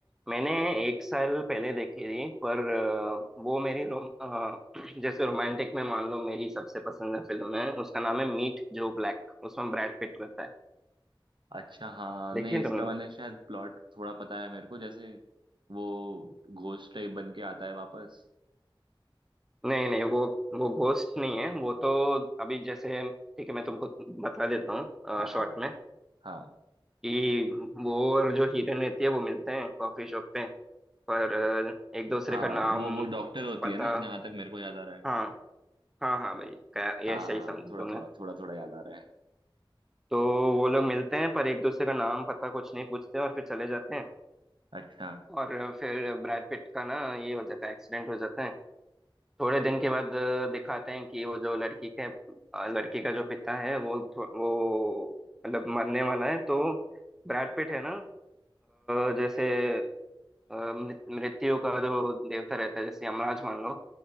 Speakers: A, in the centre; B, on the right.
A: मैंने एक साल पहले देखी थी पर अ, वो मेरी रोम अ, जैसे रोमांटिक में मान लो मेरी सबसे पसंदीदा फिल्म है उसका नाम है मीट जो ब्लैक उसमें ब्रैड पिट रहता है
B: अच्छा हाँ
A: देखी
B: नहीं
A: है
B: इसका
A: तुमने
B: मैंने शायद प्लॉट थोड़ा पता है मेरे को जैसे वो घोस्ट टाइप बन के आता है वापस
A: नहीं नहीं वो वो घोस्ट नहीं है वो तो अभी जैसे ठीक है मैं तुमको बता देता हूँ
B: हाँ
A: शॉर्ट
B: हाँ
A: में
B: हाँ
A: कि वो और जो हीरोइन रहती है वो मिलते हैं कॉफी शॉप पे पर अ, एक दूसरे
B: हाँ
A: का नाम
B: वो वो डॉक्टर होती
A: पता
B: है ना जहां तक मेरे को याद आ रहा है
A: हाँ हाँ हाँ भाई क्या- ये
B: हाँ
A: सही समझे
B: थोड़ा
A: तुमने
B: थोड़ा थोड़ा थोड़ा याद आ रहा है
A: तो वो लोग मिलते हैं पर एक दूसरे का नाम पता कुछ नहीं पूछते और फिर चले जाते हैं
B: अच्छा
A: और फिर ब्रैड पिट का ना ये हो जाता है एक्सीडेंट हो जाता है थोड़े दिन के बाद अ, दिखाते हैं कि वो जो लड़की के अ, लड़की का जो पिता है वो थो- वो मतलब मरने वाला है तो ब्रैड पिट है ना अ, जैसे अ, मृत- मृत्यु का जो देवता रहता है जैसे यमराज मान लो